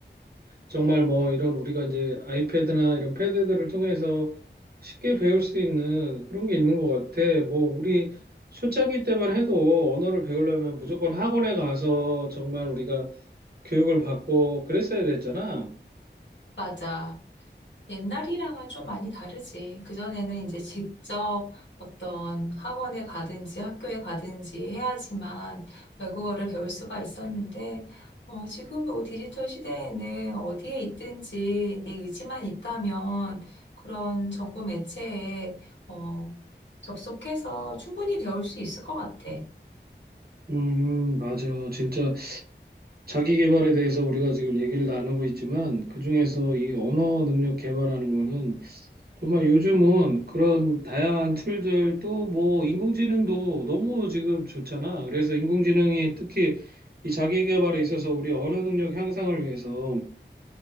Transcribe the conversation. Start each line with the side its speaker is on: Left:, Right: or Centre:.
Right: 정말 뭐 이런 우리가 이제 아이패드나 이런 패드들을 통해서 쉽게 배울 수 있는 그런 게 있는 것 같아. 뭐 우리 초창기 때만 해도 언어를 배우려면 무조건 학원에 가서 정말 우리가 교육을 받고 그랬어야 됐잖아.
Left: 맞아. 옛날이랑은 좀 많이 다르지. 그전에는 이제 직접 어떤 학원에 가든지 학교에 가든지 해야지만 외국어를 배울 수가 있었는데, 어, 지금 이 디지털 시대에는 어디에 있든지 내 의지만 있다면 그런 정보 매체에 어, 접속해서 충분히 배울 수 있을 것 같아.
Right: 음, 맞아. 진짜 자기 개발에 대해서 우리가 지금 얘기를 나누고 있지만 그중에서 이 언어 능력 개발하는 거는 정말 요즘은 그런 다양한 툴들 또 뭐 인공지능도 너무 지금 좋잖아. 그래서 인공지능이 특히 이 자기 개발에 있어서 우리 언어 능력 향상을 위해서